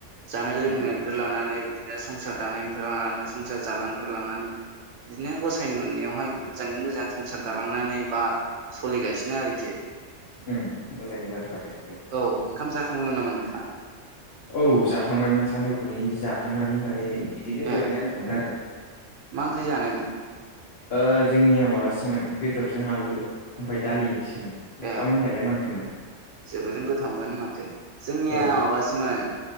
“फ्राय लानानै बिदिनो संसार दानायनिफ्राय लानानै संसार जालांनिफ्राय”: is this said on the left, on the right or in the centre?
Right